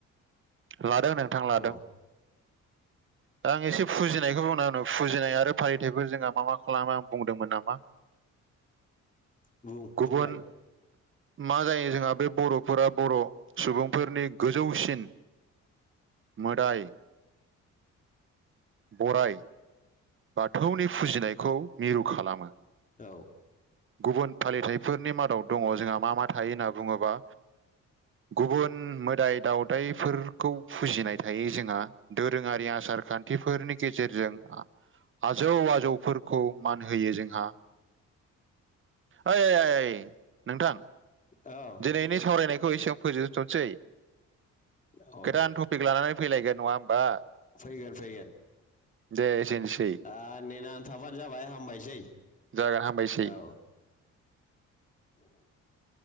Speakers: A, on the right; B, on the left.
A: लादों नोंथां लादों।
B: औ <inaudible> <unintelligible>
A: दा आं एसे फुजिनायखौ बुंना होनो फुजिनाय आरो फालिथायफोर जोंहा मा मा खालामो आं बुंदोंमोन नामा
B: बुं
A: गुबुन
B: बुंलाय।
A: मा जायो जोंहा बे बर'फोरा बर' सुबुंफोरनि गोजौसिन मोदाय बराय बाथौनि फुजिनायखौ मिरु खालामो।
B: औ।
A: गुबुन फालिथायफोरनि मादाव दङ' जोंहा मा मा थायो होनना बुङोबा गुबुन मोदाय दाव दायफोर खौ फुजिनाय थायो जोंहा दोरोङारि आसार खान्थिफोरनि गेजेरजों आजौ आजौफोरखौ मान होयो जोंहा। ओइ नोंथां
B: औ।
A: दिनैनि सावरायनायखौ एसेयावनो फोजोबथ'नोसै
B: औ
A: गोदान टपिक लानानै फैलायगोन नङा होमबा
B: फैगोन फैगोन।
A: दे एसेनोसै
B: आ नेनानै थाबानो जाबाय हामबायसै
A: जागोन हामबायसै
B: औ। <inaudible>